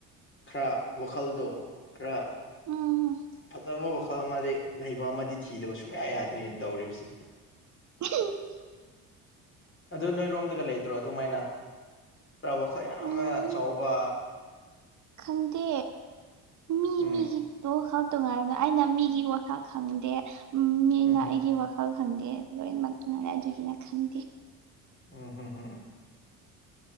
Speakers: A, on the left; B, on the right.
A: ꯈꯔ ꯋꯥꯈꯜꯗꯣ ꯈꯔ
B: ꯎꯝ
A: ꯐꯖꯕ ꯋꯥꯈꯜ ꯑꯃꯗꯤ ꯂꯩꯕ ꯑꯃꯗꯤ ꯊꯤꯗꯕ ꯁꯨꯡꯌꯥ ꯌꯥꯗ꯭ꯔꯤꯅ ꯇꯧꯔꯤꯕꯁꯦ
B: <inaudible>
A: ꯑꯗꯨ ꯅꯣꯏꯔꯣꯝꯗꯒ ꯂꯩꯇ꯭ꯔꯣ ꯑꯗꯨꯃꯥꯏꯅ ꯈꯔ ꯋꯥꯈꯜ ꯌꯥꯝꯅ
B: ꯎꯝ
A: ꯆꯥꯎꯕ
B: ꯈꯪꯗꯦ ꯃꯤ
A: ꯎꯝ
B: ꯃꯤꯒꯤ ꯗ‌ꯣ ꯈꯛ ꯇꯣꯉꯥꯟꯅꯅ ꯑꯩꯅ ꯃꯤꯒꯤ ꯋꯥꯈꯜ ꯈꯪꯗꯦ ꯃꯤꯅ
A: ꯎꯝ ꯍꯝ
B: ꯑꯩꯒꯤ ꯋꯥꯈꯜ ꯈꯛ ꯈꯪꯗꯦ ꯂꯣꯏꯅꯃꯛꯇꯨꯅ ꯑꯗꯨꯒꯤꯔ ꯈꯪꯗꯦ
A: ꯎꯝ ꯍꯝ ꯍꯝ